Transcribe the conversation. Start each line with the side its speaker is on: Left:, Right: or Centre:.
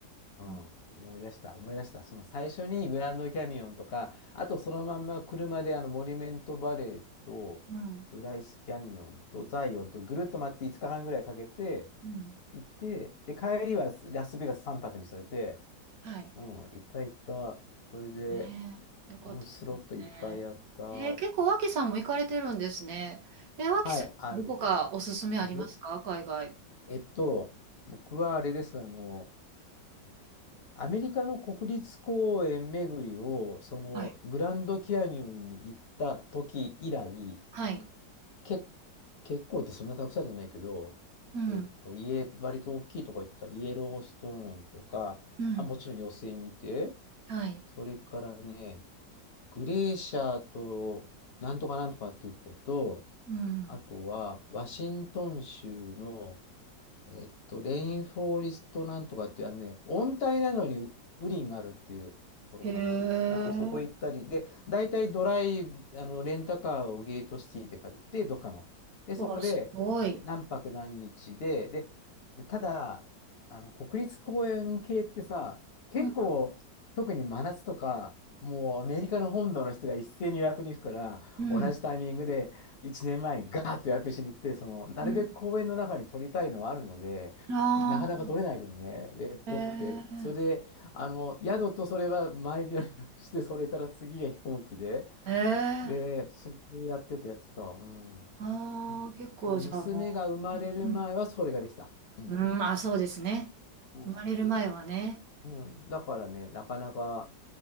Right: ん、
Left: うん、思い出した、思い出した。その最初にグランドキャニオンとか、あとそのまんま車であのモニュメントバレーと、
Right: うん、
Left: ブライスキャニオンとザイオンとぐるっと回って5日間ぐらいかけて
Right: うん。
Left: 行って、で、帰りはラスベガス3泊に添えて、
Right: はい。
Left: うん、行った行った。それで、
Right: ねえ、よかったですね。
Left: うん、スロットいっぱいやったって。
Right: えー結構、脇さんも行かれてるんですね。えー、脇さん、
Left: はい、あの、
Right: どこかおすすめありますか海外。
Left: 僕えっと、僕はあれです、あの、アメリカの国立公園巡りを、そのグランドキャニオンに行った時以来、
Right: はい。はい。
Left: け、結構ってそんなたくさんじゃないけど、
Right: うん。
Left: えっと、家、割と大きいとこ行った、イエローストーンとか、
Right: うん。
Left: あ、もちろんヨセミテ、
Right: はい。
Left: それからね、グレーシャーと、なんとかなんとかっていうとこと、
Right: うん。
Left: あとは、ワシントン州のえっと、レインフォーリストなんとかっていう、あのね、温帯なのに雨林があるっていうところかな。
Right: へえ。
Left: なんかそこ行ったり、で、大体ドライ、あの、レンタカーをゲートシティで借りて、どっかの。で、そこで何泊何日で、
Right: わ、すごい。
Left: で、で、ただ、あの、国立公園系ってさ、結構、
Right: うん。
Left: 特に真夏とか、もうアメリカの本土の人が一斉に予約に行くから、
Right: うん。
Left: 同じタイミングで、1年前にガーッと予約しに行って、その、なるべく公園の中に撮りたいのはあるので、
Right: うんあ
Left: なかなか撮れないけどね。で、撮って、
Right: あ、ええ。
Left: それで、あの、宿とそれは前日の予約して、それから次が飛行機で、
Right: ええ。
Left: で、それでやってた、やってた。うん。
Right: ああ、結構、
Left: もう娘が生まれる前はそれができた。
Right: じゃあもう。うん。
Left: うん。
Right: うん、あ、そうですね。
Left: そうそうそ
Right: 生まれる前はね。
Left: う。うん。だからね、なかなか